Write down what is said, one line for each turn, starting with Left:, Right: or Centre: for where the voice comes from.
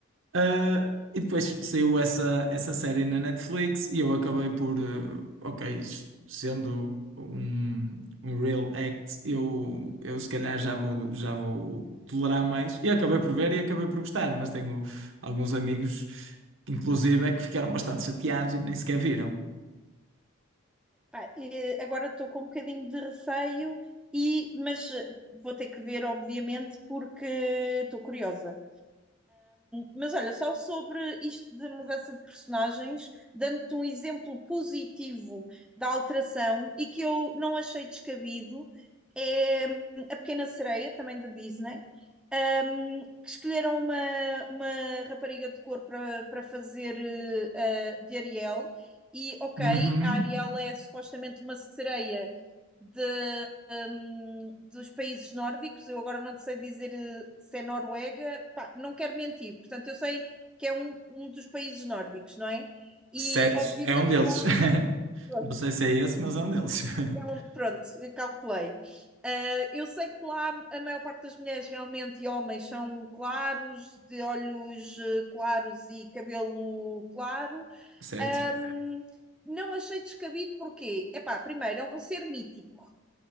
Right: Ah, e depois saiu essa, essa série na Netflix e eu acabei por, eh, ok, isto sendo um, um real act, eu, eu se calhar já vou, já vou tolerar mais. E acabei por ver e acabei por gostar, mas tenho alguns amigos, inclusive, é que ficaram bastante chateados e nem sequer viram.
Centre: Pá, eh, agora estou com um bocadinho de receio, e, mas eh, vou ter que ver, obviamente, porque estou curiosa. Mas olha, só sobre isto de mudança de personagens, dando-te um exemplo positivo da alteração e que eu não achei descabido, é hum, a Pequena Sereia, também da Disney, um, que escolheram uma, uma rapariga de cor para para fazer uh, de Ariel. E ok,
Right: Uhum.
Centre: a Ariel é supostamente uma sereia de hum, dos países nórdicos. Eu agora não te sei dizer eh, se é Noruega, pá, não quero mentir. Portanto, eu sei que é um, um dos países nórdicos, não é? E
Right: Certo,
Centre: obviamente
Right: é um deles.
Centre: lá,
Right: <laughs>
Centre: pronto,
Right: Não sei se é esse, mas é um deles.
Centre: é
Right: <laughs>
Centre: um- pronto, eu calculei. Ah, eu sei que lá a maior parte das mulheres realmente e homens são claros, de olhos eh, claros e cabelo claro.
Right: Certo.
Centre: Ahm, não achei descabido porque, epá, primeiro, é um ser mítico